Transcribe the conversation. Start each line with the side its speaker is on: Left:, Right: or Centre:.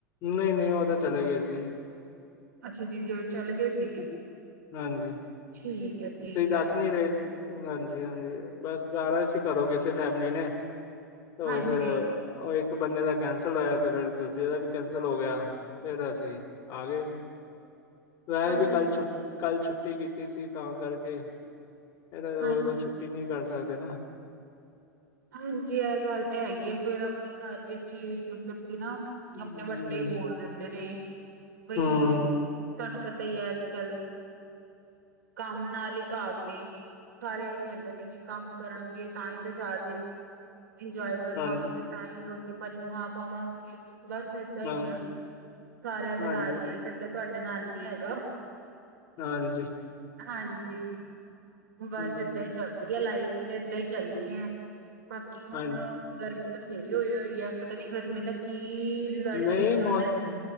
Left: ਨਹੀਂ- ਨਹੀਂ, ਉਹ ਤਾਂ, ਚਲੇ ਗਏ ਸੀ।
Right: ਅੱਛਾ, ਦੀਦੀ ਰੋਰੀ, ਚੱਲੇ ਗਏ ਸੀਗੇ?
Left: ਹਾਂਜੀ।
Right: ਠੀਕ ਹੈ, ਠੀਕ
Left: ਤੁਸੀਂ ਦੱਸ
Right: ਹੈ।
Left: ਨੀ ਰਹੇ। ਹਾਂਜੀ- ਹਾਂਜੀ, ਬਸ ਜਾਣਾ ਸੀ। ਘਰੋ ਕਿਸੇ ਫੈਮਿਲੀ ਨੇ। ਤੇ ਓਹ
Right: ਹਾਂਜੀ,
Left: ਫੇਰ ਉਹ ਇੱਕ ਇੱਕ ਬੰਦੇ ਦਾ ਕੈਂਸਲ ਹੋਇਆ। ਤੇ ਫੇਰ ਦੂਜੇ ਦਾ ਵੀ ਕੈਂਸਲ ਹੋ ਗਿਆ। ਫੇਰ, ਅਸੀਂ ਆ ਗਏ। ਵੈ
Right: ਅੱਛਾ,
Left: ਵੀ, ਕੱਲ ਛੁ ਕੱਲ ਛੁੱਟੀ ਕੀਤੀ ਸੀ। ਤਾਂ ਕਰਕੇ। ਇਹਦਾ ਰੋ
Right: ਹਾਂਜੀ,
Left: ਰੋਜ਼ ਛੁੱਟੀ ਨਹੀਂ ਕਰ ਸਕਦੇ ਨਾ।
Right: ਹਾਂਜੀ। ਇਹ ਗੱਲ ਤਾਂ ਹੈਗੀ ਆ। ਫੇਰ ਆਪਣੇ ਘਰ ਵਿੱਚ ਹੀ, ਮਤਲਬ ਕੀ ਨਾ,
Left: ਹੂੰ,
Right: ਆਪਣੇ ਵੱਡੇ। ਬੋਲ ਦਿੱਦੇ ਨੇ ਬਈ,
Left: ਹਾਂ।
Right: ਤੁਹਾਨੂੰ ਪਤਾ ਹੀ, ਹੈ, ਅੱਜ ਕੱਲ। ਕੰਮ ਨਾਲ ਹੀ ਭਾਗ ਨੇ। ਸਾਰੇ ਹੀ ਕਹਿੰਦੇ ਨੇ, ਕਿ ਕੰਮ ਕਰਾਂਗੇ ਤਾਂ ਹੀ ਤਾਂ ਚਾਰ ਦਿਨ ਇੰਜੋਏ ਕਰ
Left: ਹਾਂਜੀ,
Right: ਪਾਵਾਂਗੇ। ਤਾਂ ਹੀ ਰੋਟੀ- ਪਾਣੀ ਖਾ ਪਾਵਾਂਗੇ। ਬਸ ਏਦਾਂ ਹੀ
Left: ਹਾਂ।
Right: ਆ। ਸਾਰਿਆਂ ਦੇ
Left: ਹਾਂਜੀ
Right: ਨਾਲ ਹੀ ਆ। ਇਕੱਲੇ ਤੁਹਾਡੇ ਨਾਲ ਨੀ ਹੈਗਾ।
Left: ਹਾਂਜੀ।
Right: ਹਾਂਜੀ ਬਸ
Left: ਹੂੰ
Right: ਏਦਾਂ ਹੀ ਚੱਲਦੀ ਹੈ ਲਾਈਫ ਤੇ ਏਦਾਂ ਹੀ ਚੱਲਣੀ ਹੈ। ਬਾਕੀ ਹੁਣ
Left: ਹਾਂਜੀ
Right: ਗਰਮੀ ਬਥੇਰੀ ਹੋਈ ਹੋਈ ਹੈ ਪਤਾ ਨੀ ਗਰਮੀ ਦਾ ਕੀ ਰਿਜ਼ਲਟ
Left: ਨਹੀਂ
Right: ਨਿਕਲਣਾ
Left: ਮੌਸਮ